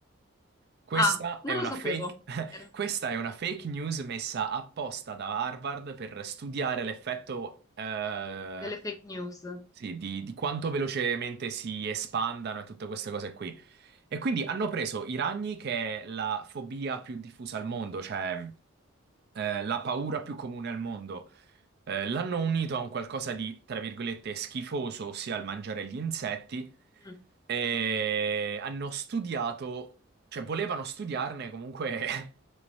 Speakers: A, on the right; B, on the left.
A: Questa
B: Ah,
A: è
B: non
A: una
B: lo sapevo.
A: fake, <laughs>
B: Era
A: questa è una fake news messa apposta da Harvard per studiare l'effetto, eh,
B: delle fake news.
A: sì, di, di quanto velocemente si espandano e tutte queste cose qui. E quindi hanno preso i ragni, che è la fobia più diffusa al mondo, cioè eh, la paura più comune al mondo. Eh, l'hanno unito a un qualcosa di, tra virgolette, schifoso, ossia il mangiare gli insetti,
B: Mm.
A: e hanno studiato, cioè volevano studiarne comunque